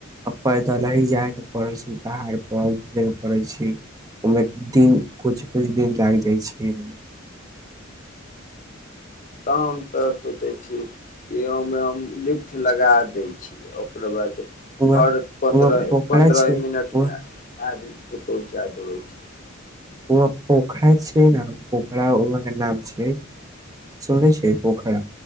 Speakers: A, on the right (about 15°); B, on the left (about 40°).
A: आ पैदल ही जाय के पड़ै छै बाहर पर उतरे के पड़ै छै ओहिमे दिन कुछ कुछ दिन लागि जाइ छै।
B: त हम तऽ सोचे छी कि ओमे हम लिफ्ट लगा देै छी ओकररा बाद
A: उहा
B: हर पन्द्रह
A: उहा पोखरा
B: पन्द्रह
A: छै
B: मिनट
A: उहा
B: मे। आद प छै आद होइ छै।
A: वहाँ पोखरा छिय ने पोखरा वह के नाम छिय सुने छियै पोखरा